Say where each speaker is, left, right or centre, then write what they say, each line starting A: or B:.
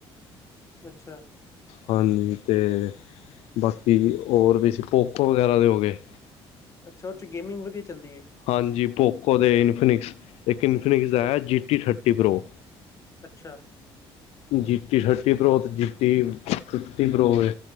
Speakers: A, on the left; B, on the left.
A: ਅੱਛਾ।
B: ਹਾਂਜੀ ਤੇ ਬਾਕੀ ਹੋਰ ਵੀ ਸੀ ਪੋਕੋ ਵਗੈਰਾ ਦੇ ਹੋ ਗਏ।
A: ਅੱਛਾ ਉਦੇ ਚ ਗੇਮਿੰਗ ਵਧੀਆ ਚੱਲਦੀ ਐ।
B: ਹਾਂਜੀ ਪੋਕੋ ਦੇ ਇਨਫਿਨਿਕਸ, ਇੱਕ ਇਨਫੀਨਿਕਸ ਦਾ ਹੈ ਜੀ ਟੀ ਥਰਟੀ ਪ੍ਰੋ।
A: ਅੱਛਾ।
B: ਜੀਟੀ ਥਰਟੀ ਪ੍ਰੋ ਤੇ ਜੀਟੀ ਫਿਫਟੀ ਪ੍ਰੋ ਐ